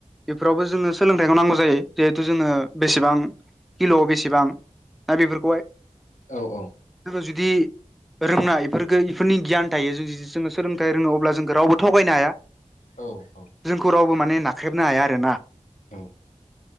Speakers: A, in the centre; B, on the left.
A: बेफोरावबो जोंनो सोलोंथाइखौ नांगौ जायो जिहेथु जोङो बेसेबां किल'आव बेसेबां दा बेफोरखौहाय
B: औ औ
A: जोङो जुदि रोंनाय बेफोरखौ इफोरनि गियान थायो जों जुदि जोङो सोलोंथाइ रोङो अब्ला जोंखौ रावबो थगायनो हाया।
B: औ औ
A: जोंखौ रावबो माने नाख्रेबनो हाया आरोना
B: औ